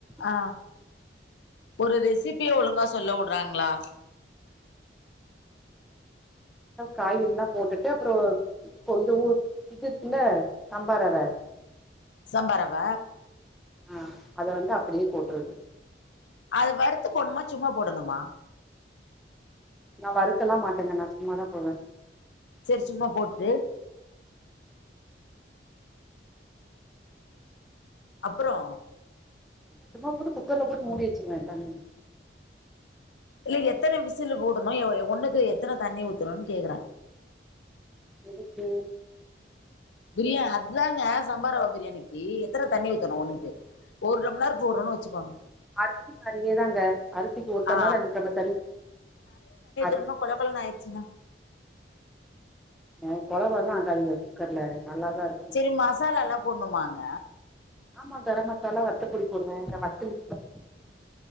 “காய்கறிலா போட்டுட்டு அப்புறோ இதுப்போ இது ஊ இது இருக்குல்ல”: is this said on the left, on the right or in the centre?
Centre